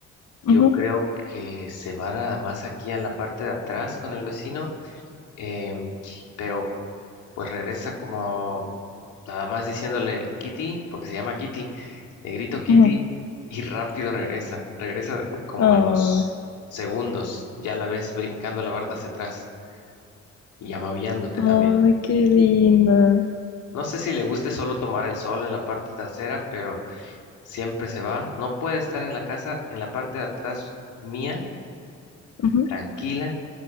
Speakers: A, on the left; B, on the left.
A: Yo
B: Ujú,
A: creo que se va nada más aquí a la parte de atrás con el vecino, em, pero pues regresa como nada más diciéndole Kitty, porque se llama Kitty. Le grito Kitty
B: ujú.
A: y rápido regresa. Regresa como
B: Ah.
A: a los segundos. Ya la ves brincando la barda hacia atrás y amabillándote
B: Ay,
A: también.
B: qué linda.
A: No sé si le guste solo tomar el sol en la parte trasera, pero siempre se va. No puede estar en la casa, en la parte de atrás mía,
B: Ujú.
A: tranquila,